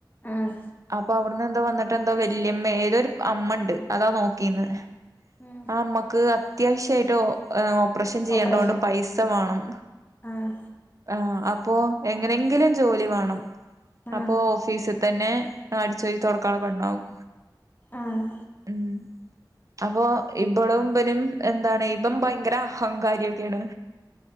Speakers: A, on the left; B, on the right.
A: ആഹ്
B: അപ്പൊ അവിട്ന്ന് എന്തോ വന്നിട്ട് എന്തോ വല്യമ്മ ഏതോരു അമ്മ ഇണ്ട് അതാ നോ ക്കീന്ന്
A: ഉം
B: ആ അമ്മക്ക് അത്യാവശ്യായിട്ടോ? ഓപ്പറേഷൻ ചെയ്യേണ്ടോണ്ട്
A: ഓപ്പറേഷൻ
B: പൈസ വാണം.
A: ആഹ്
B: ആഹ് അപ്പോ എങ്ങനെങ്കിലും ജോലി വാണം അപ്പൊഫ്
A: ആഹ്
B: ഫീസ് തന്നെ അടിച്ച് വാരി തൊടാക്കാള്ള പെണ്ണാവും.
A: ആഹ്
B: ഉം അപ്പൊ ഇബളും ഇബനും. എന്താണ് ഇബൻ ഭയങ്കര അഹങ്കാരിഒക്കേണ്